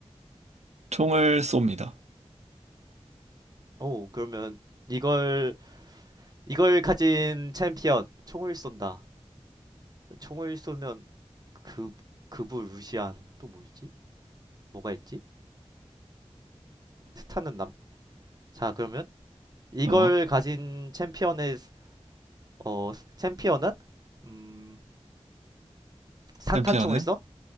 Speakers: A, on the right; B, on the right.
A: 총을 쏩니다.
B: 오, 그러면 이걸 이걸 가진 챔피언 총을 쏜다. 총을 쏘면 그 그부 루시안 또 뭐 있지? 뭐가 있지? 스타는 남. 자 그러면 이걸
A: 어.
B: 가진 챔피언의 어 챔피언은 음 산탄총을
A: 챔피언은
B: 써?